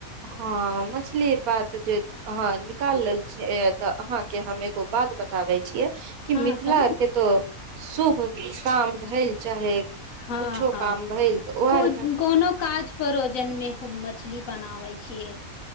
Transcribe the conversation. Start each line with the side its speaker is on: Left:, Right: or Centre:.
Right: ह मछली बात जे अहाँ निकाल रहल छी ते अहाँ के हम एगो बात बतावे छीये कि
Left: हँ
Right: मिथिला
Left: कही
Right: आर
Left: ने
Right: के तऽ शुभ काम भेलैल चाहे
Left: हँ
Right: कुछो
Left: हँ
Right: काम भेलैल तऽ ओ
Left: को
Right: आर
Left: कोनो काज परोजनमे हो मछली बनाबै छियै